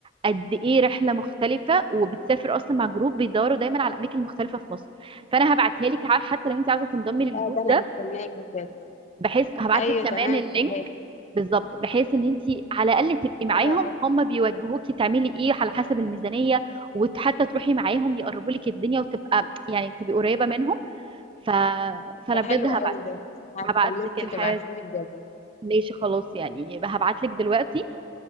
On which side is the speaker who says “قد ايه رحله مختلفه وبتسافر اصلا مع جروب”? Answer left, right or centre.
Right